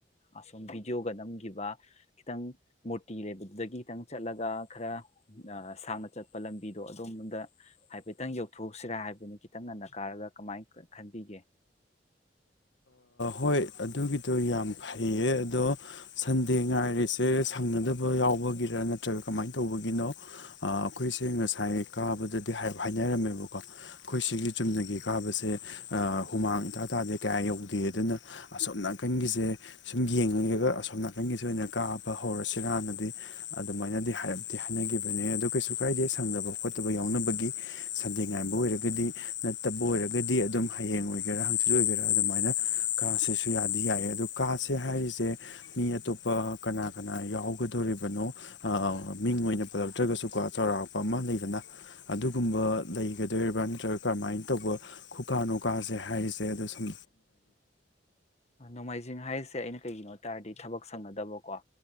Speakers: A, on the left; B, on the left.
A: ꯑꯁꯨꯝ ꯚꯤꯗꯤꯑꯣꯒ ꯅꯝꯈꯤꯕ ꯈꯤꯇꯪ ꯃꯨꯔꯇꯤ ꯂꯩꯕꯗꯨꯗꯒꯤ ꯈꯤꯇꯪ ꯆꯠꯂꯒ ꯈꯔ ꯁꯥꯡꯅ ꯆꯠꯄ ꯂꯝꯕꯤꯗꯣ ꯑꯗꯣꯝꯗ ꯍꯥꯏꯐꯦꯠꯇꯪ ꯌꯧꯊꯣꯛꯎꯁꯤꯔꯥ ꯍꯥꯏꯕꯅꯤ ꯈꯤꯇꯪ ꯉꯟꯅ ꯀꯥꯔꯒ ꯀꯃꯥꯏꯅ ꯈꯟꯕꯤꯒꯦ
B: ꯍꯣꯏ ꯑꯗꯨꯒꯤꯗꯣ ꯌꯥꯝ ꯐꯩꯌꯦ ꯑꯗꯣ ꯁꯟꯗꯦ ꯉꯥꯏꯔꯤꯁꯦ ꯁꯪꯅꯗꯕ ꯌꯥꯎꯕꯒꯤꯔ ꯅꯠꯇ꯭ꯔꯒ ꯀꯃꯥꯏꯅ ꯇꯧꯕꯒꯤꯅꯣ ꯑꯩꯈꯣꯏꯁꯦ ꯉꯁꯥꯏ ꯀꯥꯕꯗꯗꯤ ꯍꯥꯏꯅꯔꯝꯃꯦꯕꯀꯣ ꯑꯩꯈꯣꯏ ꯁꯤꯒꯤ ꯆꯨꯝꯅꯒꯤ ꯀꯥꯕꯁꯦ ꯍꯨꯃꯥꯡ ꯏꯇꯥ ꯇꯥꯗꯦ ꯀꯌꯥ ꯌꯧꯗꯦ ꯑꯗꯨꯅ ꯑꯁꯣꯝ ꯅꯥꯀꯟꯒꯤꯁꯦ ꯁꯨꯝ ꯌꯦꯡꯉꯒ ꯑꯁꯣꯝ ꯅꯥꯀꯟꯒꯤꯁꯦ ꯑꯣꯏꯅ ꯀꯥꯕ ꯍꯧꯔꯁꯤꯔꯥꯅꯗꯤ ꯑꯗꯨꯃꯥꯏꯅꯗꯤ ꯍꯥꯏꯔꯞꯗꯤ
A: <unintelligible>
B: ꯍꯥꯏꯅꯈꯤꯕꯅꯦ ꯑꯗꯣ ꯀꯩꯁꯨ ꯀꯥꯏꯗꯦ ꯁꯪꯗꯕ ꯈꯣꯠ ꯌꯥꯎꯅꯕꯒꯤ ꯁꯟꯗꯦ ꯉꯥꯏꯕ ꯑꯣꯏꯔꯒꯗꯤ ꯅꯠꯇꯕ ꯑꯣꯏꯔꯒꯗꯤ ꯑꯗꯨꯝ ꯍꯌꯦꯡ ꯑꯣꯏꯒꯦꯔꯥ ꯍꯥꯡꯆꯤꯠ ꯑꯣꯏꯒꯦꯔꯥ ꯑꯗꯨꯃꯥꯏꯅ ꯀꯥꯁꯤꯁꯨ ꯌꯥꯗꯤ ꯌꯥꯏ ꯑꯗꯨ ꯀꯥꯁꯦ ꯍꯥꯏꯔꯤꯁꯦ ꯃꯤ ꯑꯇꯣꯞꯄ ꯀꯅꯥ ꯀꯅꯥ ꯌꯥꯎꯒꯗꯣꯔꯤꯕꯅꯣ ꯃꯤꯡ ꯑꯣꯏꯅ ꯄꯜꯂꯛꯇ꯭ꯔꯒꯁꯨ ꯀꯣ ꯆꯥꯎꯔꯥꯛꯄ ꯑꯃ ꯂꯩꯗꯅ ꯑꯗꯨꯒꯨꯝꯕ ꯂꯩꯒꯗꯣꯏ ꯕ꯭ꯔꯥ ꯅꯠꯇ꯭ꯔꯒ ꯀꯔꯃꯥꯏꯅ ꯇꯧꯕ ꯈꯨꯀꯥꯅꯣ ꯀꯥꯁꯦ ꯍꯥꯏꯔꯤꯁꯦ ꯑꯗꯣ ꯁꯨꯝ
A: ꯅꯣꯡꯃꯥꯏ ꯖꯤꯡ ꯍꯥꯏꯔꯤꯁꯦ ꯑꯩꯅ ꯀꯩꯒꯤꯅꯣ ꯍꯥꯏ ꯇꯥꯔꯗꯤ ꯊꯕꯛ ꯁꯪꯅꯗꯕꯀꯣ